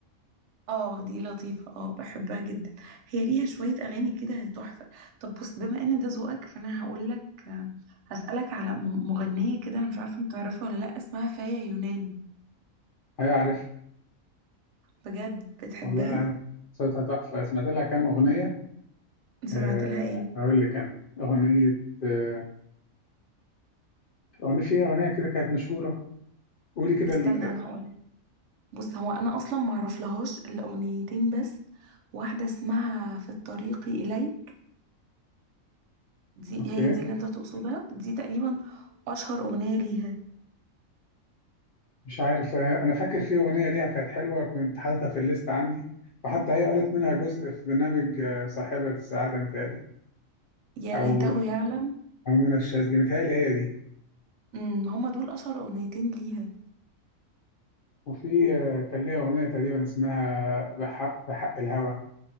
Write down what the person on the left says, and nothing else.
ايوه عارفها
والله عارف صوتها تحفه سمعت لها كام اغنيه
أه
هقول لك أنا أغنية أه أغنية في أغنية كده كانت مشهورة قولي كده
ال-
أوكي
مش عارف آه، أنا فاكر في أغنية ليها كانت حلوة كنت حاططها في الليست عندي وحتى هي قالت منها جزء في برنامج آه، صاحبة السعادة متهيألي
أو
أو منى الشاذلي متهيألي هي دي
وفي آه، كان ليها أغنية تقريبا اسمها بحق بحق الهوى